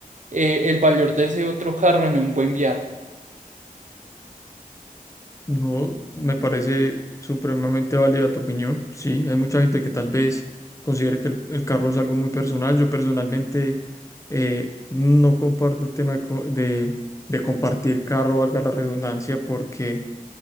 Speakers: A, on the right; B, on the left.
A: eh, el valor de ese otro carro en un buen viaje.
B: No, me parece supremamente válida tu opinión. Sí, hay mucha gente que tal vez considere que el, el carro es algo muy personal. Yo personalmente eh, no comparto el tema de, co- de de compartir carro, valga la redundancia, porque...